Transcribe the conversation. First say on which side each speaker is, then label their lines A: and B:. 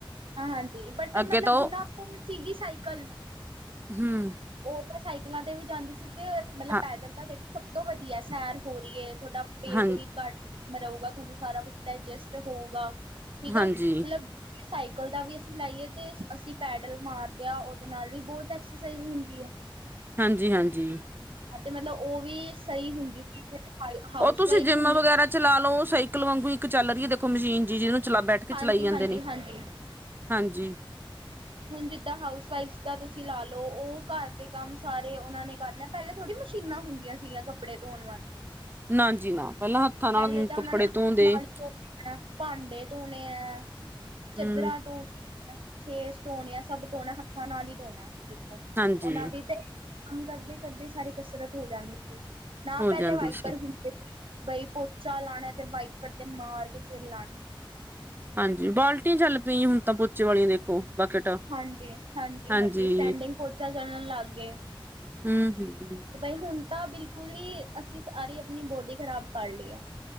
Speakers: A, on the right; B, on the right.
A: ਹਾਂਜੀ, ਬਟ
B: ਅੱਗੇ
A: ਮਤਲਬ
B: ਤਾਂ
A: ਜਿੰਨਾ
B: ਉਹ
A: ਕੋਲ ਸੀਗੀ ਸਾਈਕਲ
B: ਹੁੰ।
A: ਓ ਤਾਂ ਸਾਈਕਲਾਂ ਤੇ ਵੀ ਜਾਂਦੇ ਸੀ ਤੇ ਮਤਲਬ
B: ਹਾਂ
A: ਪੈਦਲ ਤਾਂ ਦੇਖੋ ਸਬ ਤੋਂ ਵਦੀਆਂ ਸੈਰ ਹੋ ਰਈਏ ਤੁਆਡਾ ਪੇਟ
B: ਹਾਂ
A: ਵੀ ਘੱਟ ਰਊਗਾ, ਤੁਆਨੂੰ ਸਾਰਾ ਕੁਛ ਡਾਇਜਸਟ ਹੋਊਗਾ। ਠੀਕ
B: ਹਾਂਜੀ
A: ਆ ਮਤਲਬ ਤੇ ਸਾਈਕਲ ਦਾ ਵੀ ਅਸੀਂ ਲਾਈਏ ਤੇ ਅਸੀਂ ਪੈਡਲ ਮਾਰਦੇ ਆ, ਓਦੇ ਨਾਲ ਵੀ ਬੋਤ ਐਕਸਰਸਾਈਜ਼ ਹੁੰਦੀ ਹੈ।
B: ਹਾਂਜੀ-ਹਾਂਜੀ।
A: ਤੇ ਮਤਲਬ ਓ ਵੀ ਸਈ ਹੁੰਦੀ ਸੀ, ਹਾ ਹਾਊਸ
B: ਉਹ ਤੁਸੀਂ
A: ਵਾਈਫ
B: ਜਿੰਮ
A: ਹੁੰਦੀ
B: ਵਗੈਰਾ ਚਲਾ ਲਓ ਸਾਈਕਲ ਵਾਂਗੂ ਇੱਕ ਚੱਲ ਰਈਏ ਦੇਖੋ ਇਕ ਮਸ਼ੀਨ ਜੀ ਜਿਨੂੰ ਚਲਾ ਬੈਠ ਕੇ ਚਲਾਈ
A: ਹਾਂਜੀ
B: ਜਾਂਦੇ
A: ਹਾਂਜੀ
B: ਨੇ,
A: ਹਾਂਜੀ
B: ਹਾਂਜੀ।
A: ਹੁਣ ਜਿੱਦਾਂ ਹਾਊਸ ਵਾਈਫਸ ਦਾ ਤੁਸੀਂ ਲਾ ਲਓ, ਓ ਘਰ ਦੇ ਕੰਮ ਸਾਰੇ ਓਨਾਂ ਨੇ ਕਰਨੇ ਪੈਲਾਂ ਥੋੜੀ ਮਸ਼ੀਨਾਂ ਹੁੰਦੀਆਂ ਸਿਗਿਆ ਕੱਪੜੇ ਧੋਣ ਵਾਲੀ।
B: ਨਾ ਜੀ ਨਾ, ਪੈਲਾਂ ਹੱਥਾਂ ਨਾਲ
A: ਪਹਿਲੇ ਤਾਂ
B: ਕੱਪੜੇ
A: ਉਹਨਾਂ ਨੇ ਹੱਥ
B: ਧੋਂਦੇ
A: ਨਾਲ ਹੀ ਧੋਣੇ ਭਾਂਡੇ ਧੋਣੇ ਆ ਚਦਰਾ
B: ਹਮ
A: ਧੋ ਖੇਸ ਧੋਣੇ ਆ, ਸਬ ਧੋਣਾ ਹੱਥਾਂ ਨਾਲ ਈ ਧੋਣਾ ਦੇਖੋ,
B: ਹਾਂਜੀ
A: ਓਨਾਂ ਦੀ ਤੇ ਕੰਮ ਕਰਦੇ-ਕਰਦੇ ਸਾਰੀ ਕਸਰਤ ਹੋ ਜਾਂਦੀ ਸੀ, ਨਾ
B: ਹੋ
A: ਪੈਲੇ
B: ਜਾਂਦੀ
A: ਵਾਈਪਰ
B: ਸੀ
A: ਹੁੰਦੇ ਬਈ, ਪੋਚਾ ਲਾਣਾ ਤੇ ਵਾਈਪਰ ਤੇ ਮਾਰ ਕੇ ਫਿਰ ਲਾਣਾ।
B: ਹਾਂਜੀ, ਬਾਲਟੀਆਂ ਚੱਲ ਪਈਆਂ ਹੁਣ ਤਾਂ, ਪੋਚੇ ਵਾਲੀਆਂ ਦੇਖੋ ਬਕਟ।
A: ਹਾਂਜੀ, ਹਾਂਜੀ-ਹਾਂਜੀ,
B: ਹਾਂਜੀ
A: ਸਟੈਂਡਿੰਗ ਪੋਚਾ ਚੱਲਣ ਲੱਗ ਗਏ।
B: ਹਮ ਹਮ
A: ਬਈ, ਹੁਣ ਤਾਂ ਬਿਲਕੁਲ ਹੀ ਅਸੀਂ ਸਾਰੀ ਆਪਣੀ ਬੋਡੀ ਖ਼ਰਾਬ ਕਰ ਲਈ ਆ।